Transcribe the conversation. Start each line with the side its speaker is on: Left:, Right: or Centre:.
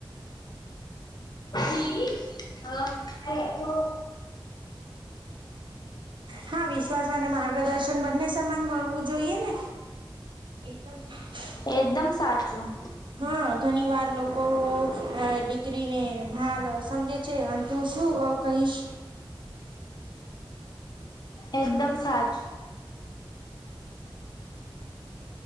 Left: થી હા છે જો
Right: હા વિશ્વાસ અને માર્ગદર્શન બંને સમાન મળવું જોઈએ ને. એકદમ સાચું
Left: એકદમ સાચું
Right: હા! ઘની વાર લોકો અ ડી દીકરીને ભાર સમજે છે અને તું શું અ કઈશ?
Left: એકદમ સાચ